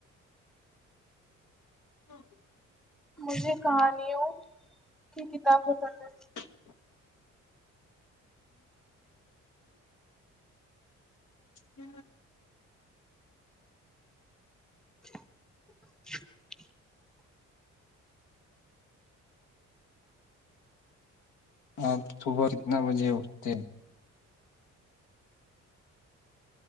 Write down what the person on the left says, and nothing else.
ہاں <inaudible>
<inaudible> ہ
آپ صبح کتنا بجے اٹھتے ہیں